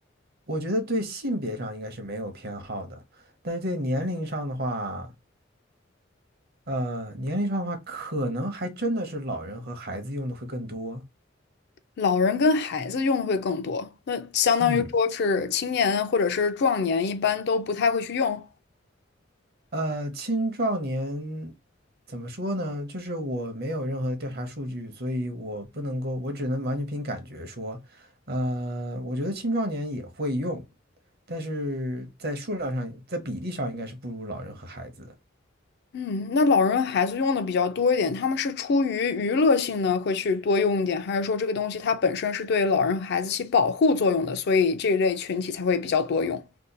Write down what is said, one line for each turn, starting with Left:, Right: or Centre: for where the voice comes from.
Right: 我觉得对性别上应该是没有偏好的，但是对年龄上的话，呃，年龄上的话，可能还真的是老人和孩子用的会更多。
Left: 老人跟孩子用的会更多，那相当于说是青年或者是壮年一般都不太会去用。
Right: 嗯。呃，青壮年怎么说呢？就是我没有任何的调查数据，所以我不能够，我只能完全凭感觉说。呃，我觉得青壮年也会用，但是在数量上，在比例上应该是不如老人和孩子的
Left: 嗯，那老人孩子用的比较多一点，他们是出于娱乐性呢，会去多用一点，还是说这个东西它本身是对老人孩子起保护作用的，所以这一类群体才会比较多用？